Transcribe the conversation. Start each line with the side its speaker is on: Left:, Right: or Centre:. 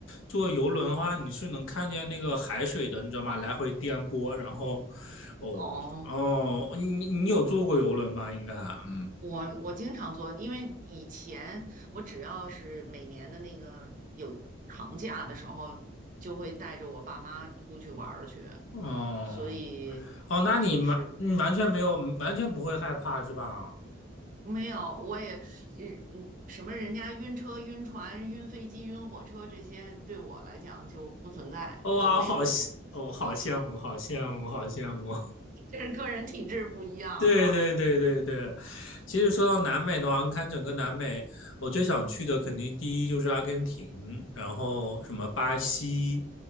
Left: 坐游轮的话，你是能看见那个海水的，你知道吗？来回颠簸，然后，哦哦，
Right: 哦。
Left: 你你有坐过游轮吧？应该，嗯，
Right: 我我经常做，因为以前我只要是每年的那个有长假的时候，就会带着我爸妈出去玩儿去，
Left: 哦
Right: 所以
Left: 哦，那你完你完全没有，
Right: 就是
Left: 完全不会害怕是吧？
Right: 没有，我也嗯嗯，什么人家晕车、晕船、晕飞机、晕火车这些，对我来讲就不存在，
Left: 哦哇，
Right: 我没有这个东西，
Left: 我好羡，我、好羡慕，好羡慕，好羡慕。
Right: <laughs> 这是个人体质不一样哈。
Left: 对对对对对，其实说到南美的话，你看整个南美，我最想去的肯定第一就是阿根廷，然后什么巴西，